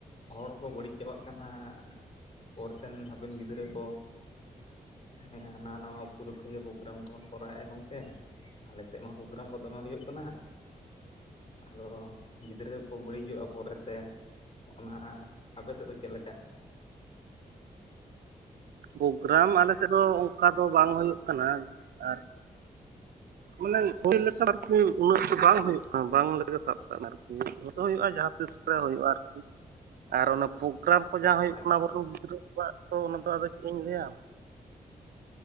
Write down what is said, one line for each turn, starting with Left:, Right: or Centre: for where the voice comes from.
Left: ᱦᱚᱲ ᱠᱚ ᱵᱟᱹᱲᱤᱡ ᱪᱟᱵᱟᱜ ᱠᱟᱱᱟ ᱯᱚᱨᱮᱛᱮᱱ ᱦᱟᱯᱮᱱ ᱜᱤᱫᱽᱨᱟᱹ ᱠᱚ᱾ ᱦᱮ ᱦᱟᱱᱟ ᱱᱟᱣᱟ ᱩᱯᱚᱞᱚᱠᱠᱷᱮ ᱜᱮ ᱯᱨᱳᱜᱨᱟᱢ ᱠᱚᱵᱚᱱ ᱠᱚᱨᱟᱣᱮᱜ-ᱟ ᱜᱚᱝᱠᱮ ᱟᱞᱮᱥᱮᱫ ᱢᱟ ᱯᱨᱳᱜᱨᱟᱢ ᱠᱚ ᱫᱚᱢᱮ ᱦᱩᱭᱩᱜ ᱠᱟᱱᱟ᱾ ᱟᱫᱚ ᱜᱤᱫᱽᱨᱟᱹ ᱠᱚ ᱵᱟᱹᱲᱤᱡᱚᱜ-ᱟ ᱯᱚᱨᱮᱛᱮ ᱚᱱᱟ ᱟᱯᱮ ᱥᱮᱫ ᱫᱚ ᱪᱮᱫ ᱞᱮᱠᱟ?
Right: ᱯᱨᱳᱜᱨᱟᱢ ᱟᱞᱮᱥᱮᱫ ᱫᱚ ᱚᱱᱠᱟ ᱫᱚ ᱵᱟᱝ ᱦᱩᱭᱩᱜ ᱠᱟᱱᱟ ᱟᱨ ᱢᱟᱱᱮ ᱳᱭ ᱞᱮᱠᱟ ᱟᱨᱠᱤ ᱩᱱᱟᱹᱜ ᱫᱚ ᱵᱟᱝ ᱦᱩᱭᱩᱜ ᱠᱟᱱᱟ ᱵᱟᱝ ᱞᱮᱠᱟ ᱜᱮ ᱥᱟᱵ ᱠᱟᱜ ᱢᱮ ᱟᱨᱠᱤ᱾ ᱦᱩᱭᱩᱜ ᱫᱚ ᱦᱩᱭᱩᱜ-ᱟ ᱡᱟᱦᱟᱸ ᱛᱤᱥ ᱠᱚᱨᱮ ᱦᱩᱭᱩᱜ-ᱟ ᱟᱨᱠᱤ ᱟᱨ ᱚᱱᱟ ᱯᱨᱳᱜᱨᱟᱢ ᱠᱚ ᱡᱟᱦᱟᱸ ᱦᱩᱭᱩᱜ
Left: ᱟᱪᱪᱷᱟ
Right: ᱠᱟᱱᱟ ᱟᱵᱚᱨᱮᱱ ᱜᱤᱫᱽᱨᱟᱹ ᱠᱚᱣᱟᱜ ᱛᱚ ᱚᱱᱟᱫᱚ ᱟᱫᱚ ᱪᱮᱫ ᱤᱧ ᱞᱟᱹᱭᱟ᱾